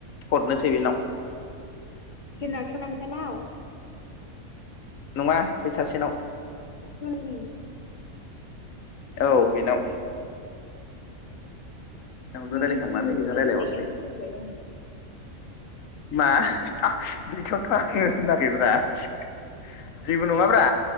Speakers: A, on the left (about 70°); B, on the left (about 50°).
A: हरनोसै बेनाव
B: जोंनाव सोनाम सानाव-
A: नङा बे सासेनाव।
B: <inaudible>
A: औ बेनाव। नोंजों
B: मुं
A: रायज्लायखांनानै
B: बुंनो
A: बेजों
B: मोना
A: रायज्लायहरसै
B: होननाया बुं बाय <inaudible>
A: मा बेखौथ' आ होनाखैब्रा <inaudible> जेबो नङाब्रा।